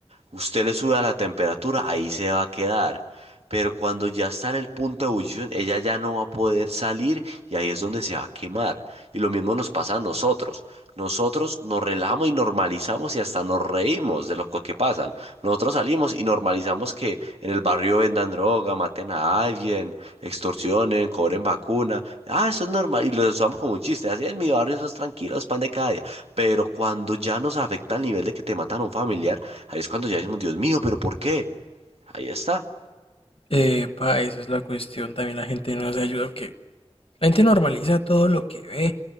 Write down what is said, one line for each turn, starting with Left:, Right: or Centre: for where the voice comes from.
Right: Usted le sube a la temperatura, ahí se va a quedar. Pero cuando ya está en el punto de ebullición, ella ya no va a poder salir y ahí es donde se va a quemar. Y lo mismo nos pasa a nosotros. Nosotros nos relajamos y normalizamos y hasta nos reímos de lo co- que pasan. Nosotros salimos y normalizamos que en el barrio vendan droga, maten a alguien, extorsionen, cobren vacuna. Ah, eso es normal. Y lo usamos como un chiste. Así en mi barrio eso es tranquilo, es pan de cada día. Pero cuando ya nos afecta al nivel de que te matan a un familiar, ahí es cuando ya decimos, Dios mío, ¿pero por qué? Ahí está.
Left: Eh, pa, esa es la cuestión, también la gente no se ayuda, que La gente normaliza todo lo que ve.